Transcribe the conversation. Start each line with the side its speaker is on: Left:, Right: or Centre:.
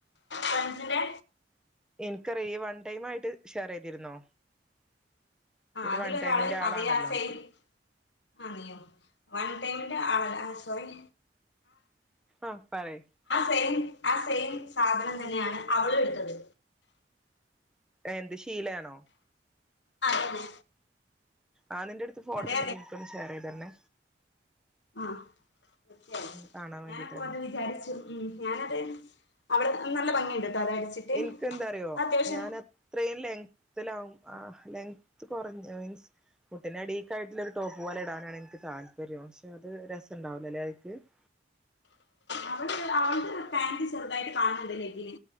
Left: പസിന്റെ
Centre: നിനക്കറിയ വൺ ടൈം ആയിട്ട് ഷെയർ ചെയ്തിരുന്നോ ഇയ്യ്
Left: ആ
Centre: ഒരു
Left: അതിലൊരാള്
Centre: വൺ ടൈമിന്റെ ആളാണല്ലോ
Left: അതേ ആ സെയിം ആ ന്യോ വൺ ടൈമി ആളല്ല സോറി
Centre: ആ പറയ്
Left: സെം ആ സെയിം സാധനം തന്നെയാണ് അവളും എടുത്തത്
Centre: എന്ത് ശീലയാണോ
Left: അതന്നെ
Centre: ആഹ് നിന്റെ അടുത്ത് ഫോട്ടോ
Left: അതെ
Centre: ഉണ്ടെങ്കി എനിക്ക് ഒന്ന് ഷെയർ ചെയ്ത് തരണെ
Left: ആ തീർച്ചയായും
Centre: കാണാൻ വേണ്ടിട്ടായിരുന്നു
Left: ഞാനപ്പ അത് വിചാരിച്ചു ഉം ഞാനത് അവള് നല്ല ഭംഗിയുണ്ട് ട്ടോ അത് അടിച്ചിട്ട്
Centre: എനിക്ക് എന്താ അറിയോ
Left: അത്യാവശ്യം
Centre: ഞാൻ അത്ര ലെങ്ത് ത്തലാവും ലെങ്ത്ത് കുറഞ്ഞ മീൻസ് മുട്ടിനെ അഡീക്ക ആയിട്ടുള്ളൊരു ടോപ്പ് പോലെ ഇടാനാണ് എനിക്ക് ത താല്പര്യം പക്ഷെ അത് രസം ഉണ്ടാവലോല്ലെ അതിക്ക് <inaudible>
Left: അവള് അവളുടെ പാന്റ് ചെറുതായിട്ട് കാണുന്നുണ്ട് ലെഗിന്